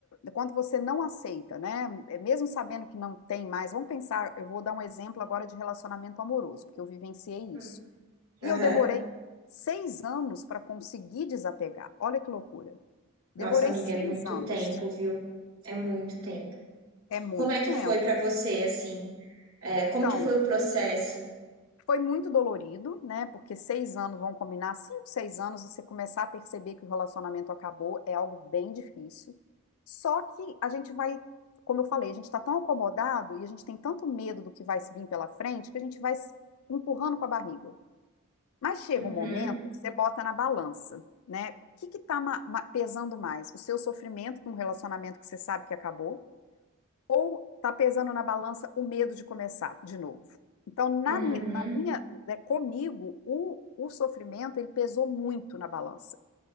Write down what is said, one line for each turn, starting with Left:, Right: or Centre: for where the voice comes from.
Left: quando você não aceita, né? é, Mesmo sabendo que não tem mais, vamos pensar, eu vou dar um exemplo agora de relacionamento amoroso, porque eu vivenciei
Right: Hum.
Left: isso. E
Right: Aham.
Left: eu demorei seis anos para conseguir desapegar. Olha que loucura. Demorei
Right: Nossa, amiga,
Left: seis
Right: é muito
Left: anos.
Right: tempo, viu? É muito tempo.
Left: É muito
Right: Como é que
Left: tempo.
Right: foi pra você, assim? É, como
Left: Então,
Right: que foi o processo?
Left: Foi muito dolorido, né? Porque seis anos, vão combinar, cinco, seis anos, e você começar a perceber que o relacionamento acabou é algo bem difícil. Só que a gente vai, como eu falei, a gente está tão acomodado e a gente tem tanto medo do que vai vir pela frente que a gente vai se empurrando com a barriga. Mas chega
Right: Uhum,
Left: um momento que você bota na balança, né? O que que tá ma- ma- pesando mais? O seu sofrimento com um relacionamento que você sabe que acabou? ou está pesando na balança o medo de começar de novo. Então, na,
Right: uhum.
Left: mi- na minha, né, comigo, o, o sofrimento, ele pesou muito na balança.